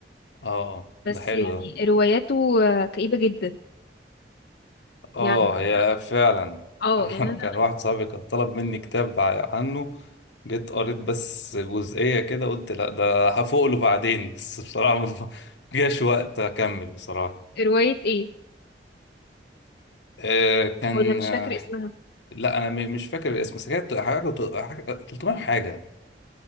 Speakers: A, on the left (about 85°); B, on the left (about 60°).
A: اه
B: بس
A: ده حلو
B: يعني
A: ده
B: رواياته آه، كئيبة جدا
A: اه
B: يعني أنا-
A: هي فعلا
B: اه
A: <laughs>
B: يعني
A: انا
B: انا
A: كان واحد صاحبي كان طلب مني كتاب ع- عنه جيت قريت بس جزئية كده قلت لا ده هفوق له بعدين <laughs> بس بصراحة ما جاش وقت اكمل بصراحة
B: رواية ايه
A: آه كان
B: ولا مش
A: آه
B: فاكرة اسمها
A: لا انا م- مش فاكر الاسم بس كانت حاجة حاجة- 300 حاجة